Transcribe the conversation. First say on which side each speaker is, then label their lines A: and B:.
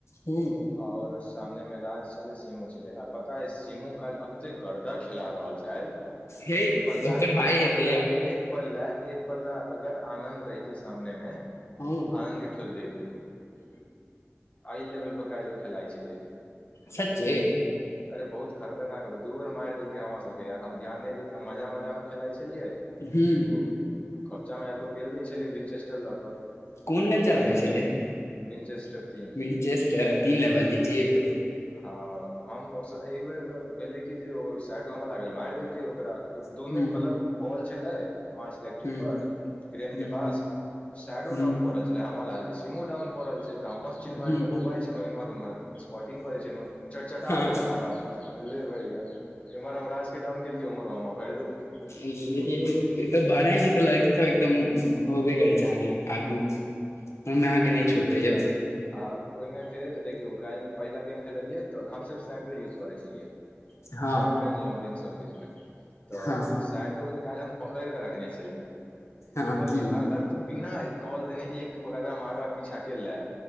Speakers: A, on the left; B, on the left.
A: हू
B: और सामने में राज छलले सिमू छले आ पता है सिमू काल एते गर्दा खेला रहल छै
A: हे
B: एक पल्ला
A: ओकर भाय
B: एक पल्ला
A: हेतै यौ
B: एक पल्ला एक पल्ला अगर आनन्द रहितै सामने मे
A: हूँ
B: आनन्द के ठोक देतै ओ एहि लेवल पर काल्हि ओ खेलाइ छलै
A: सचे
B: अरे बहुत खतरनाक हब दूर मारि देलकै हमरा सबके यार हम ध्यान नहि दै छिय हम मजा मजामे खेलाइ छलियै ओ
A: हूँ
B: खोपचा मे आबि कऽ पेल दै छलै विंचेस्टर लऽ कऽ
A: कोन गन
B: हम
A: चलाबै
B: कहै छी
A: छलैंचेस्टर
B: विंचेस्टर तीन
A: तीन लेवल के चिप
B: हँ हम एक बेर तऽ भेले कि जे ओ साइडो हमरा लागल मारि देलकै ओकरा
A: हूँ
B: दुनू मतलब बॉल छलै मास्ट इलेक्ट्रिक
A: हूँ
B: पर क्रेन
A: हूँ
B: के पास सैडोडाउन
A: हूँ
B: प रहल छै हॅं राम लाल जे सिमोडाउन भऽ रहल छै तऽ हमस चिल मार
A: हूँ
B: के बौआ छ छलहु इमहर उम्हर स्पर्टिंग करे छलहु चट का
A: हँ
B: देलक हमरा ले भैया एम्हर हम राज के डाउन केलियै उम्हरो हमा भरि देलकै
A: इ ए ए तऽ बड़ा ने तऽ लड़की सब एकदम होबे करै छै आगे आगू हमे अहाँके
B: आओर
A: नहि छोड़ते
B: खेललक
A: यौ
B: आ ओहिमे फेर देखियौ काल्हि पहिला गेम खेललियै तऽ हमसभ स्नैपरे यूज करैय छलियै
A: हँ
B: शॉर्ट ट्रेन लांग रेंज सब किछ में तऽ
A: हँ
B: साइडो के कारण हम पकड़ के रखने छलियै
A: हँ
B: कहलै
A: की
B: अगर तू बिना कॉल देने एक हम आगा पीछा के ले